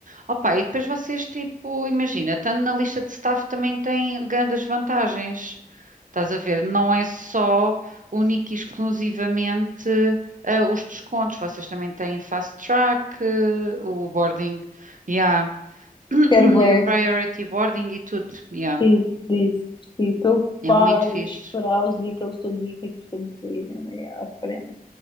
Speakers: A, on the right; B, on the left.
A: Opa, e depois vocês, tipo, imagina, estando na lista de staff também tem grandes vantagens. Estás a ver? Não é só única e exclusivamente ah, os descontos. Vocês também têm fast track, eh, o boarding, yeah. <clears throat>
B: Quero bué.
A: o priority boarding e tudo. Yeah.
B: Preciso disso. Preciso. Estou
A: É
B: farta
A: muito fixe.
B: de esperar os dias que eles todos os ricos todos irem ali à frente.